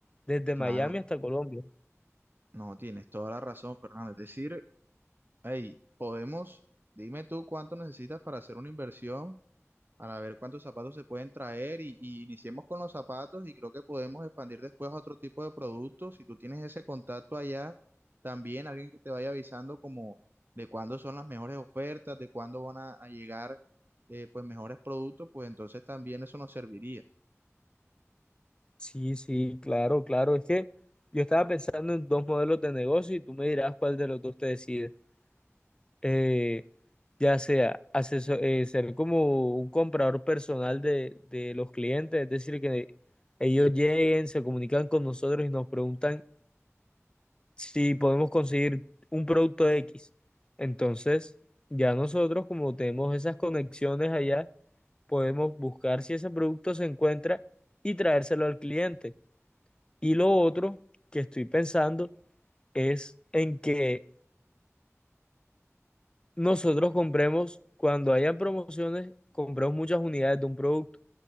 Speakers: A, on the left (about 20°); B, on the right (about 40°).
A: desde Miami
B: Claro,
A: hasta Colombia.
B: no, tienes toda la razón, Fernando. Es decir, hey, podemos, dime tú cuánto necesitas para hacer una inversión. para ver cuántos zapatos se pueden traer y, y iniciemos con los zapatos y creo que podemos expandir después a otro tipo de productos. Si tú tienes ese contacto allá, también alguien que te vaya avisando como de cuándo son las mejores ofertas, de cuándo van a, a llegar eh, pues mejores productos, pues entonces también eso nos serviría,
A: Sí, sí, claro, claro. Es que yo estaba pensando en dos modelos de negocio y tú me dirás cuál de los dos te decides. Eh, ya sea aseso- eh, ser como un comprador personal de, de los clientes, es decir, que ellos lleguen, se comunican con nosotros y nos preguntan si podemos conseguir un producto X. Entonces, ya nosotros, como tenemos esas conexiones allá, podemos buscar si ese producto se encuentra y traérselo al cliente. Y lo otro que estoy pensando es en que nosotros compremos, cuando hayan promociones, compremos muchas unidades de un producto